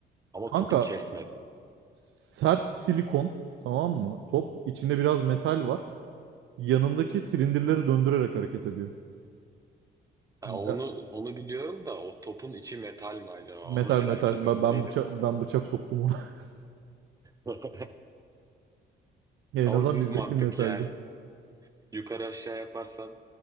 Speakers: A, on the right; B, on the right.
A: Ama
B: Kanka
A: topu kesmedim.
B: Sert silikon tamam mı? Top içinde biraz metal var. Yanındaki silindirleri döndürerek hareket ediyor.
A: Ha,
B: Ya,
A: onu onu biliyorum da o topun içi metal mi acaba?
B: Metal
A: Onu
B: metal.
A: merak ediyorum.
B: Ben, ben
A: Neydi?
B: bıçak ben bıçak soktum ona. <laughs>
A: <laughs>
B: Ya, En
A: O
B: azından
A: düz
B: bizdeki
A: mantık
B: metaldi.
A: yani. Yukarı aşağı yaparsan